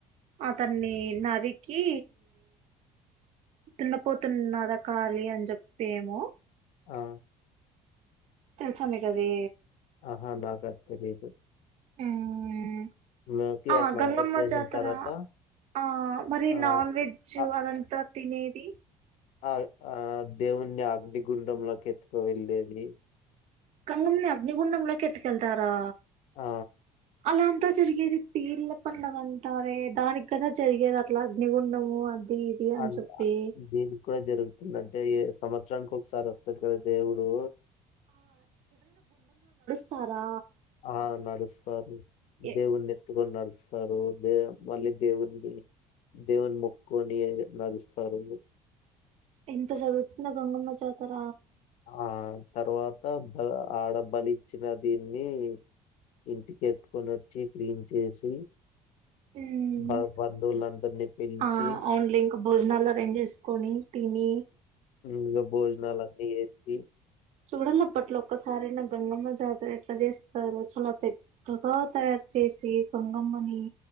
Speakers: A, on the right (about 55°); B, on the left (about 55°).
A: అతన్ని నాది కీ దున్నపోతున్నదా కాాలి అని చెప్పి ఏమో
B: ఆ
A: తెలుసా మీ కదీ
B: ఆహా నాకది తెలీదు.
A: హ్మ్
B: నాకి
A: ఆ
B: అట్లంతా
A: గంగమ్మ
B: చేసిన
A: జాతర
B: తర్వాత
A: ఆ మరి
B: ఆ
A: నాన్ వెజ్జు
B: ఆ
A: అదంత తినేది
B: ఆ ఆ దేవుణ్ణి అగ్నిగుండంలోకి ఎత్తుకువెళ్ళేది
A: గంగమ్ని అగ్నిగుండంలో కి ఎత్కెళ్తారా
B: ఆ
A: అలా అంతా జరిగేది పీర్ల పండగ అంటారే దానికి కదా జరిగేది అట్లా అగ్నిగుండము అని ఇది
B: అంట్
A: చెప్పి
B: అ దీనికి కూడా జరుగుతుంది అంటే ఏ సమ సంవత్సరానికి ఒకసారి వస్తాడు కదా దేవుడు
A: వస్తారా
B: ఆ నడుస్తారు
A: ఎ-
B: దేవుని ఎత్తుకొని నడుస్తారు దే మళ్ళీ దేవుని దేవుని మొక్క్కకొని నడుస్తారు.
A: ఇంత జరుగుతుందా గంగమ్మ జాతర
B: ఆ తర్వాత బ ఆడబలి ఇచ్చిన దీన్ని ఇంటికి ఎత్తుకొని వచ్చి క్లీన్ చేసి
A: ఉమ్,
B: బ బంధువులందరినీ పిలిచి
A: ఆ అవునులే ఇంకా భోజనాలు అరేంజ్ చేసుకొని తిని
B: ఇంక భోజనాలన్నీ ఏ ఇ
A: చూడాల్లప్పా అట్లా ఒక్కసారైనా గంగమ్మ జాతర ఎట్లా చేస్తారు చాలా పెద్దగా తయారు చేసి గంగమ్మని